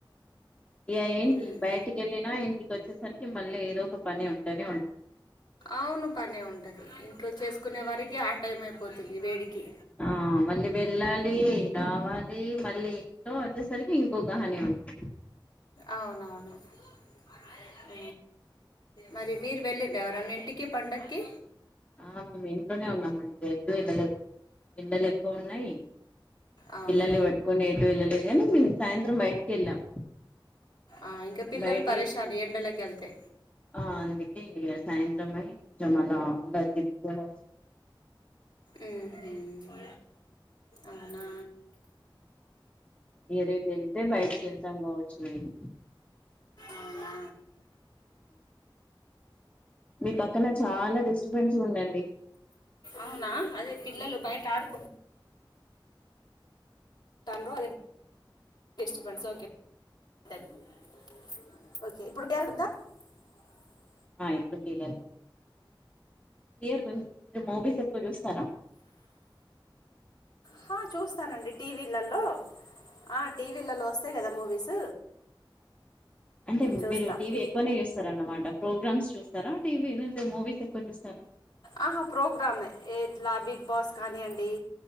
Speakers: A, on the left; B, on the left.
A: ఇయ ఏంటి
B: ఉమ్,
A: బయటికి వెళ్ళినా ఇంటికి వచ్చేసరికి మళ్ళీ ఏదో ఒక పని ఉంటేనే ఉంటుంది
B: అవును పని ఉంటది ఇంట్లో చేసుకునే వరికి ఆ టైం అయిపోతుంది వేడికి
A: ఆ మళ్ళీ వెళ్ళాలి రావాలి మళ్ళీ ఇంట్లో వచ్చేసరికి ఇంకోక హాని ఉంటుంది
B: అవునవును అ మరి మీరు వెళ్ళింరా ఎవరన్న ఇంటికి పండగకి
A: ఆ మేము ఇంట్లోనే ఉన్నాం అండి ఎటు వెళ్ళలేదు ఎండలు ఎక్కువ ఉన్నాయి
B: అవును
A: పిల్లల్ని పట్టుకొని ఎటు వెళ్లలేదు లా సాయంత్రం బయటికి వెళ్ళాం
B: ఆ ఇంకా పిల్లలు
A: బయట
B: పరేశాన్ ఎండలకి ఎల్ ళ్తే
A: ఆ అందుకే సాయింత్రం పోయి ఓచ్చం అలా తిప్పుకొని
B: ఉహు అవునా
A: ఇగ రేపు వెళ్తే బయటికి వెళ్తాం కావచ్చు మేబి
B: అవునా
A: మీ పక్కన చాలా డిస్టర్బెన్స్గుండందీ
B: అవునా అదే పిల్లలు బయట ఆడుకుం <unintelligible>
A: ఆ ఎప్పుడు దిగాను క్లియర్ గుంది మీరు మూవీస్ ఎక్కుచూస్తారా
B: హా చూస్ స్తానండి టీవీల్లలో ఆ టీవీలలో వస్తాయ్ గదా మూవీస్
A: అంటే
B: చూస్తాం
A: మీరు టీవీ ఎక్కువనే చూస్తారు అన్నమాట ప్రోగ్రామ్స్ చూస్తారా టీవీ <unintelligible> ను మూవీస్ ఎక్కువ చూస్తారా
B: ఆహా ప్రోగ్రామ్మే ఇట్లా బిగ్ బాస్ కానీయండి